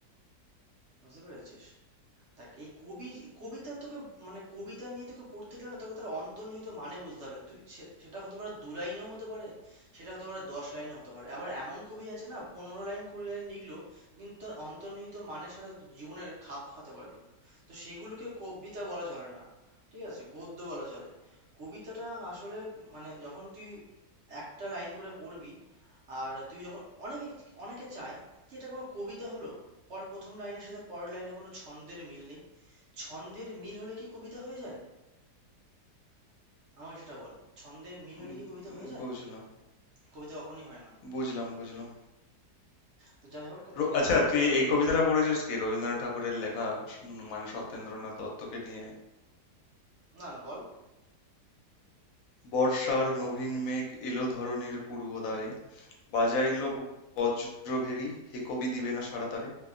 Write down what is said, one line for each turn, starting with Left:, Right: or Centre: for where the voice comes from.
Right: বুঝতে পেরেছিস দেখ এই কবি কবিতা তোকে মানে কবিতা নিয়ে তোকে পড়তে গেলে না তোকে তার অন্তর্নিহিত মানে বুঝতে হবে তুই সে- সেটা হতে পারে দু লাইনেও হতে পারে সেটা হতে পারে দশ লাইনও হতে পারে আবার এমন কবি আছে না পনেরো লাইন কুড়ি লাইন লিখলো কিন্তু তার অন্তর্নিহিত মানের সাথে তুই জীবনের খাপ খাওয়াতে পারবি না তো সেগুলোকে কবিতা বলা চলে না ঠিক আছে গদ্য বলা চলে কবিতাটা আসলে মানে যখন তুই একটা লাইন করে পড়বি আর তুই যখন অনেকে অনেকে চায় যে এটা কোনো কবিতা হলো পর প্রথম লাইনের সাথে পরের লাইনে কোনো ছন্দের মিল নেই ছন্দের মিল হলে কি কবিতা হয়ে যায় আমাকে সেটা বল ছন্দের মিল
Left: উম,
Right: হলে কি কবিতা হয়ে যায়
Left: বুঝলাম
Right: কবিতা কখনোই হয় না
Left: বুঝলাম বুঝলাম
Right: তো যাই হোক
Left: রো-
Right: তোর
Left: আচ্ছা তুই
Right: হুম
Left: এই কবিতাটা
Right: বল
Left: পড়েছিস কি রবীন্দ্রনাথ ঠাকুরের লেখা উম, মানে সত্যেন্দ্রনাথ দত্তকে নিয়ে
Right: না না বল
Left: বর্ষার নবীন মেঘ এলো ধরণীর পূর্ব দ্বারে বাজাইলো বজ্রভেরি হে কবি দিবে না সাড়া তারে